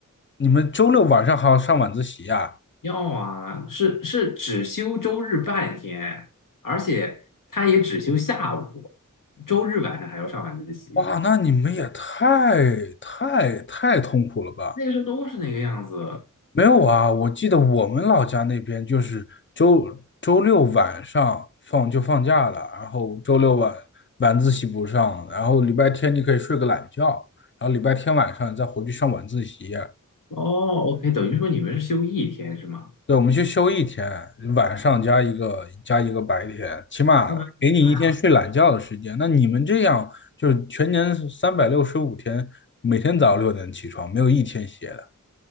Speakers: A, on the left; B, on the left.
A: 你们周六晚上还要上晚自习啊？
B: 要啊，是是只休周日半天，而且他也只休下午，周日晚上还要上晚自习。
A: 哇，那你们也太太太痛苦了吧？
B: 那个时候都是那个样子。
A: 没有啊，我记得我们老家那边就是周周六晚上放就放假了，然后周六晚晚自习不上，然后礼拜天你可以睡个懒觉，然后礼拜天晚上再回去上晚自习。
B: 哦，OK，等于说你们是休一天是吗？
A: 对，我们去休一天，晚上加一个加一个白天，起码给你一天睡懒觉的时间。
B: 我的妈呀！<laughs>
A: 那你们这样就是全年三百六十五天，每天早上六点起床，没有一天歇的